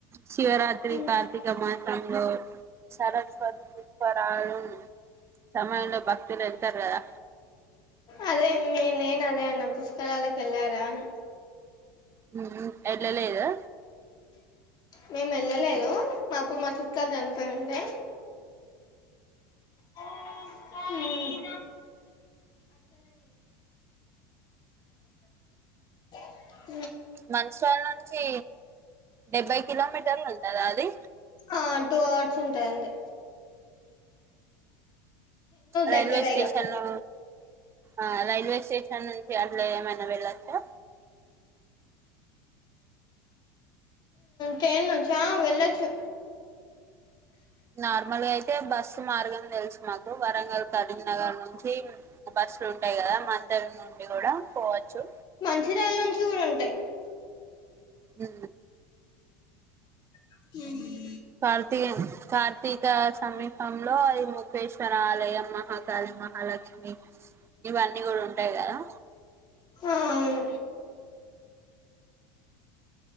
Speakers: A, on the right (about 25°); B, on the left (about 40°).
A: శివరాత్రి
B: మ్మ్
A: కార్తీక మా టంగో సరస్వతి పుష్కరాలు సమయంలో భక్తులు ఎల్తారు కదా
B: అదే మీ నేన్ అదే అన్న పుష్కరాలకి ఎళ్ళారా అని
A: హ్ హ్ ఎల్లలేదా
B: మేం ఎళ్ళలేదు పాపం మా చుట్ <unintelligible> చనిపోయి ఉండే హ మ్ <unintelligible> <unintelligible> అ
A: మంచి వాల నుంచి డెబ్భై కిలోమీటర్ ఉంటద్ అదా అది
B: ఆ టూ అవర్స్ ఉంటదంతే
A: రైల్వే
B: దగ్గర
A: స్టేషను
B: ఇగ
A: ఆ రైల్వే స్టే అక్కడ్నుంచి అట్ల ఏమైన వెళ్ళచ్చా
B: కేనుంచా వెళ్ళచ్చు
A: నార్మల్గా అయితే బస్సు మార్గం తెల్సు మాకు వరంగల్, కరీంనగర్ నుంచి బస్సులు ఉంటాయి కదా మందరం నుండి గుడా పోవచ్చు
B: మంచిర్యాల్ నుంచి గుడా ఉంటయి
A: మ్
B: హ
A: కార్తికే కార్ తిక సమీపంలో అది ముఖేశ్వర ఆలయం మహాకాళి, మహాలక్ష్మి ఇవన్నీ గుడ ఉంటయి కదా
B: ఆ అవ్ను